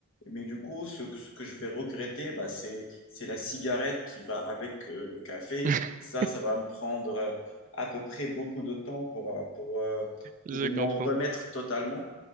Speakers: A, on the left; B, on the right.
A: Mais du coup, ce, que ce que je vais regretter, bah, c'est, c'est la cigarette qui va avec euh, le café.
B: <laughs>
A: Ça, ça va me prendre euh, à peu près beaucoup de temps pour, euh, pour, euh,
B: je
A: pour m'en
B: comprends.
A: remettre totalement.